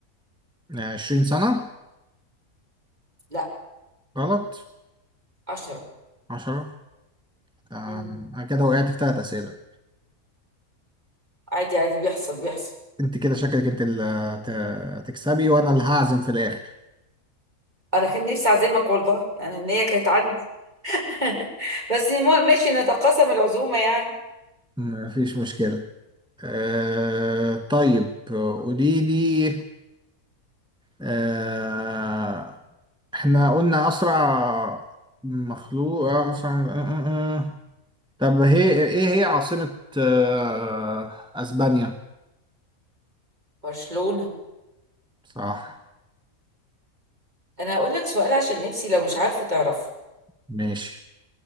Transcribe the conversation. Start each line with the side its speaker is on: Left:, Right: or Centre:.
Centre: 20 سنة
Right: لا
Centre: غلط
Right: عشرة
Centre: 10 آه...
Right: مم.
Centre: أنا كده وقعت في ثلاث أسئلة
Right: عادي عادي بيحصل بيحصل
Centre: انت كده شكلك انت اللي هت- هتكسبي وانا اللي هعزم في الاخر
Right: انا كان نفسي اعزمك والله يعني ان هي كانت عندي <laughs> بس مو- ماشي نتقاسم العزومة يعني
Centre: مفيش مشكلة آه طيب قولي لي آه احنا قلنا اسرع مخلوق اسرع آه آه آه. طب هي ايه هي عاصمة آه اسبانيا
Right: برشلونة
Centre: صح
Right: انا هقول لك سؤال عشان نفسي لو مش عارفة تعرفه
Centre: ماشي